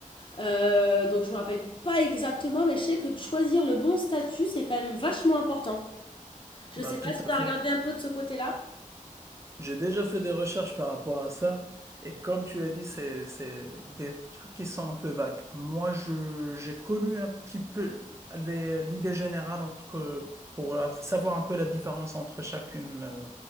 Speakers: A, on the left; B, on the right.
A: Euh, donc je ne me rappelle pas exactement, mais je sais que de choisir le bon statut, c'est quand même vachement important. Je
B: Bah,
A: ne sais
B: tout
A: pas si tu
B: à
A: as
B: fait.
A: regardé un peu de ce côté-là.
B: J'ai déjà fait des recherches par rapport à ça, et comme tu as dit, c'est, c'est des trucs qui sont un peu vagues. Moi, je, j'ai connu un petit peu les- l'idée générale entre, pour av- savoir un peu la différence entre chacune, euh,